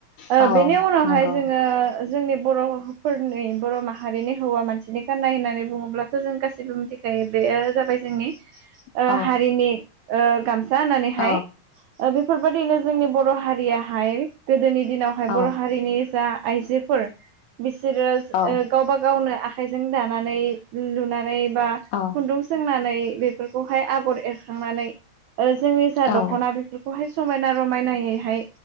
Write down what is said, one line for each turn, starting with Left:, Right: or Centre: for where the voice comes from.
Right: ओ
Left: औ
Right: बेनि उनावहाय
Left: नंगौ
Right: जोङो जोंनि बर' फोरनि बर' माहारिनि हौवा मानसिनि गाननाय होननानै बुङोब्लाथ' जों गासिबो मिथिखायो। बेयो जाबाय जोंनि ओ
Left: औ
Right: हारिनि ओ गामसा होननानैहाय
Left: औ
Right: ओ बे बेफोरबायदिनो जोंनि बर' हारियाहाय गोदोनि दिनावहाय
Left: औ
Right: बर' हारिनि जा आइजोफोर बिसोरो
Left: औ
Right: ओ गावबा गावनो आ आखाइजों दानानै लुनानै बा
Left: औ
Right: खुन्दुं सोंनानै बेफोरखौहाय आगर एर खांनानै जोंनि जा
Left: औ
Right: दख'ना बेफोरखौहाय समायना रमायनायैहाय